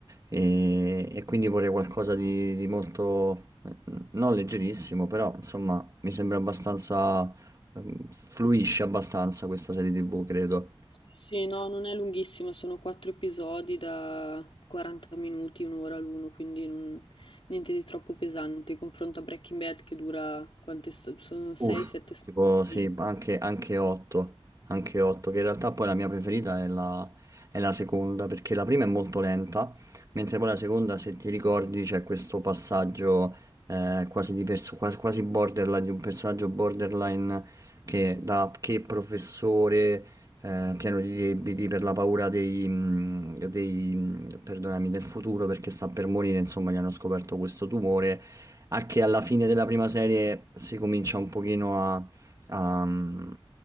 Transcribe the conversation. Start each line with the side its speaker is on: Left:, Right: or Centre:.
Right: e, e quindi vorrei qualcosa di, di molto, eh, non leggerissimo, però insomma mi sembra abbastanza, ehm, fluisce abbastanza questa serie TV, credo.
Left: Sì, no, non è lunghissima, sono quattro episodi da 40 minuti, un'ora l'uno, quindi non- niente di troppo pesante. Confronto a Breaking Bad che dura quante sta- sono 6-7
Right: Uff,
Left: stagioni.
Right: tipo sì, anche, anche 8, anche 8, che in realtà poi la mia preferita è la, è la seconda, perché la prima è molto lenta, mentre poi la seconda, se ti ricordi, c'è questo passaggio eh, quasi, di perso- quasi, quasi borderline, di un personaggio borderline che da che professore eh, pieno di debiti per la paura dei, mh, dei, mh, perdonami, del futuro perché sta per morire, insomma, gli hanno scoperto questo tumore a che alla fine della prima serie si comincia un pochino a, a- mm,